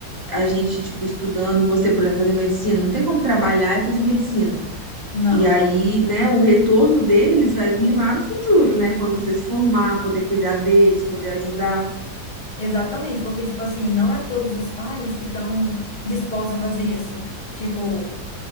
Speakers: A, on the right (about 25°); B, on the left (about 30°).
A: a gente tipo estudando, você, por exemplo, fazer medicina, não tem como trabalhar e fazer medicina.
B: não.
A: E aí, né, o retorno deles vai vir lá no futuro, né, quando você se formar, poder cuidar deles, poder ajudar.
B: Exatamente, porque, tipo assim, não é todos os pais que estão dispostos a fazer isso. Tipo,